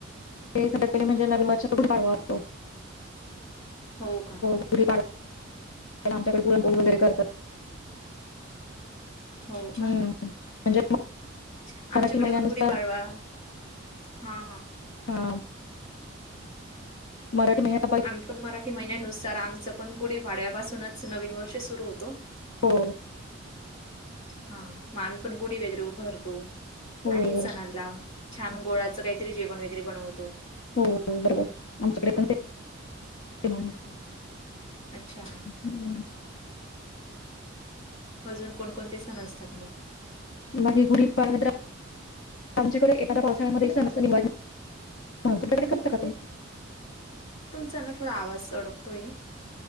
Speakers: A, on the left; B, on the left.
A: <unintelligible> म्हणजे <unintelligible>
B: हो का?
A: पु आमच्याकडे पुरन पोळि वगैरे करतात.
B: हो
A: म्हणजे
B: का अच्छा आमच्याकडे
A: मराठी महिन्यानुसार
B: पण गुढी पाडवा. हा -हा
A: हा मराठी म
B: आम्ही पण मराठी महिन्यानुसार आमच पण गुढीवााड्यापासूनच नवीन वर्ष सुरू होतो.
A: हो.
B: हा मग आम्ही पण गुढी वगैरे उभारतो
A: हो
B: आणि सणालला छान गुळाच काहीतरी जेवण वगैरे बनवतो.
A: हो -हो -हो. आमच्याकडे पण सेम आहे.
B: ह्म अच्छा.
A: हम्म.
B: अजून कोणकोणते सण असतात मग.
A: बाकी गुडीपाडवा <unintelligible> आमच्यांकडे एखांद्या पावसाळ्यांमध्यें सणं नि तुमच्यांकडे करतं कां ते
B: तुमचां नां थोडां आवांज अडकतोय आहे